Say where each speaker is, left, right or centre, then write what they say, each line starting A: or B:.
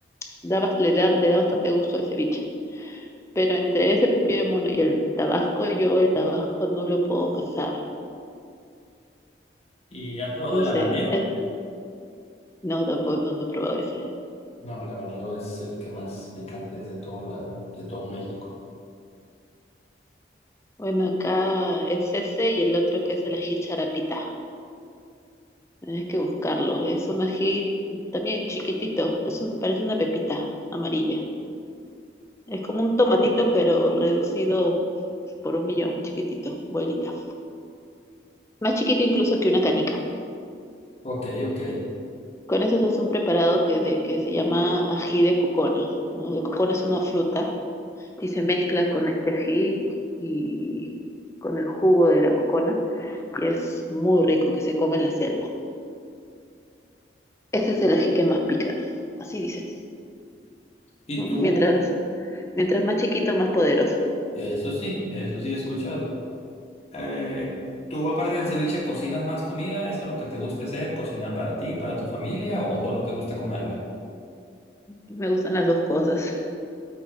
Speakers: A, on the left; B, on the left.
A: da bas- le da, le da bastante gusto al ceviche. Pero entre ese pipí de mono y el tabasco, yo el tabasco no lo puedo pasar.
B: ¿Y has probado
A: No
B: el
A: sé,
B: habanero?
A: es- no, tampoco, no, no he probado ese.
B: No, el habanero es el que más picante es de todo, la, de todo México.
A: Bueno, acá es ese y el otro que es el ají charapita. Tienes que buscarlo. Es un ají también chiquitito, es un, parece una pepita amarilla. Es como un tomatito, pero reducido por un millón, chiquitito, bolita. Más chiquito incluso que una canica.
B: Ok, ok.
A: Con eso se hace un preparado que, de, que se llama ají de cocona. ¿no? El cocona es una fruta y se mezcla con este ají y con el jugo de la cocona y es muy rico que se come en la selva. Ese es el ají que más pica, así dicen.
B: Y
A: ¿no?
B: tú,
A: Mientras, mientras más chiquito, más poderoso.
B: eso sí, eso sí he escuchado. Eh, ¿tú aparte del ceviche cocinas más comida? ¿Es algo que te gusta hacer? ¿Cocinar para ti, para tu familia o solo te gusta comerla?
A: Me gustan las dos cosas.